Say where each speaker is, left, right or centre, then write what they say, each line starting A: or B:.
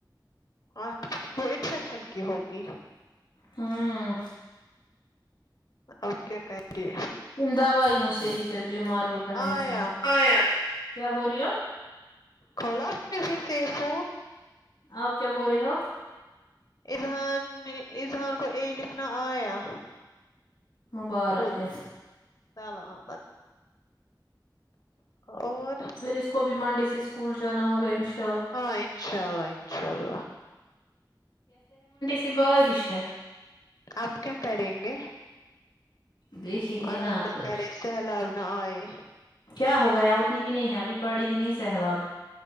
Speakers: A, on the left (about 55°); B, on the left (about 70°).
A: اور وہ انفیکشن کی ہوگی
B: ہاں
A: اب کیا کرری
B: دوائیوں سے ہی پھر بیمار ہوتا ہے انسان
A: آیا
B: کیا بول رہی ہو
A: کلاٹی سے <unintelligible>
B: آپ کیا بول رہی ہو
A: اذہان اذہان کو اے لکھنا آیا
B: مبارک
A: خود
B: ہے
A: سلامت اور
B: پھر اس کو بھی منڈے سے اسکول جانا ہوگا انشا
A: ہاں انشاء اللہ انشاء اللہ
B: اتی بارش ہے
A: آپ کیا کریں گے
B: دیکھیں گے
A: اللہ
B: نا اب
A: نہ
B: تبھی
A: کرے سیلاب نہ آئے
B: کیا ہو گیا اتنی بھی نہیں ہے ابھی پڑی ہی نہیں سیلاب